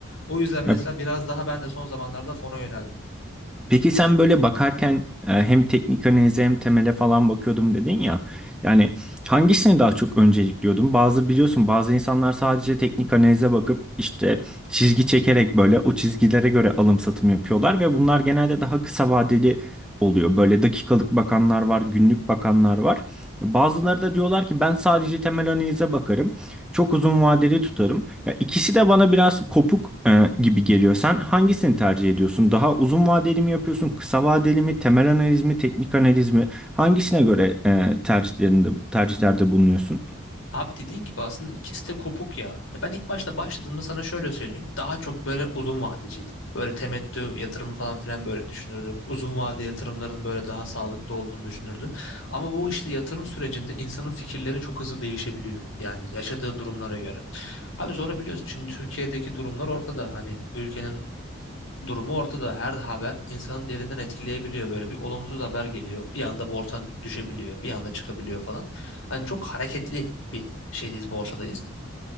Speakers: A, on the left; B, in the centre.
A: O yüzden mesela
B: Ya
A: biraz daha ben de son zamanlarda fona yöneldim.
B: Peki sen böyle bakarken e, hem teknik analize hem temele falan bakıyordum dedin ya. Yani hangisini daha çok öncelikliyordun? Bazı biliyorsun bazı insanlar sadece teknik analize bakıp işte çizgi çekerek böyle o çizgilere göre alım satım yapıyorlar ve bunlar genelde daha kısa vadeli oluyor. Böyle dakikalık bakanlar var, günlük bakanlar var. Bazıları da diyorlar ki ben sadece temel analize bakarım. Çok uzun vadeli tutarım. Ya ikisi de bana biraz kopuk e, gibi geliyor. Sen hangisini tercih ediyorsun? Daha uzun vadeli mi yapıyorsun? Kısa vadeli mi? Temel analiz mi? Teknik analiz mi? Hangisine göre e, tercihlerinde tercihlerde bulunuyorsun?
A: Abi dediğin gibi aslında ikisi de kopuk ya. Ya Ben ilk başta başladığımda sana şöyle söyleyeyim. Daha çok böyle uzun vadeciydim. Böyle temettü yatırım falan filan böyle düşünürdüm. Uzun vade yatırımların böyle daha sağlıklı olduğunu düşünürdüm. Ama bu işte yatırım sürecinde insanın fikirleri çok hızlı değişebiliyor. Yani yaşadığı durumlara göre. Abi sonra biliyorsun şimdi Türkiye'deki durumlar ortada. Hani ülkenin durumu ortada. Her haber insanın derinden etkileyebiliyor. Böyle bir olumsuz haber geliyor. Bir anda borsan düşebiliyor. Bir anda çıkabiliyor falan. Hani çok hareketli bir şeydeyiz, borsadayız.